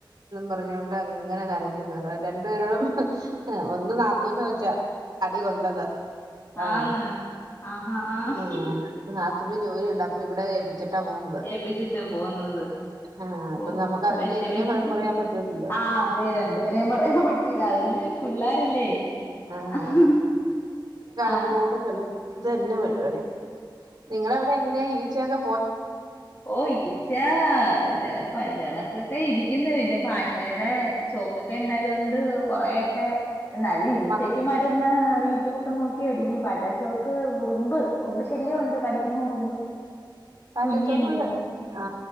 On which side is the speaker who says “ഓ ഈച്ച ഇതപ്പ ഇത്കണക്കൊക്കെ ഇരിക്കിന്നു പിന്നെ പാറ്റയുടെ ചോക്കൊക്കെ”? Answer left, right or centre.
Left